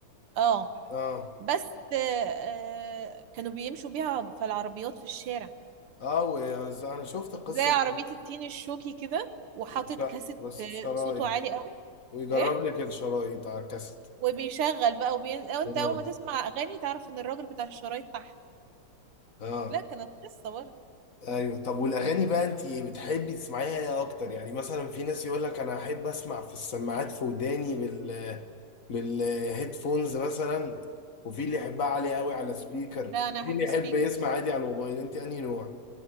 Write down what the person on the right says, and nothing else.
اه
بس آه، آه، كانوا بيمشوا بيها في العربيات في الشارع
زي عربية
التين الشوكي كده وحاطط
كاسيت
آه،
صوته عالي قوي
ايه
وبيشغل بقى وبين... أو انت
اول ما تسمع اغاني تعرف ان الراجل بتاع الشرايط تحت
لا كانت قصة برضه
لا
انا احب
سبيكرز